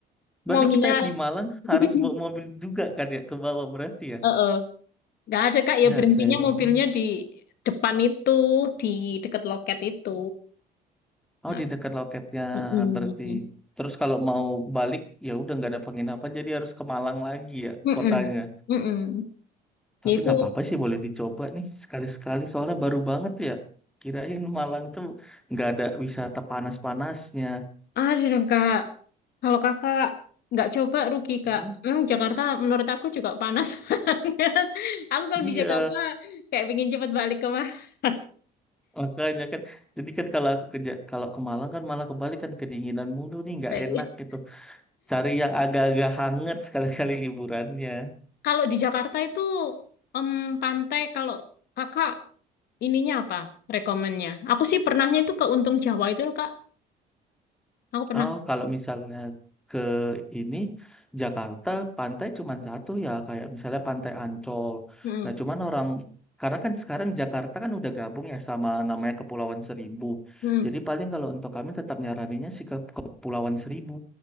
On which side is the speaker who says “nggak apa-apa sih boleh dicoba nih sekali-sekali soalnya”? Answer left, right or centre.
Centre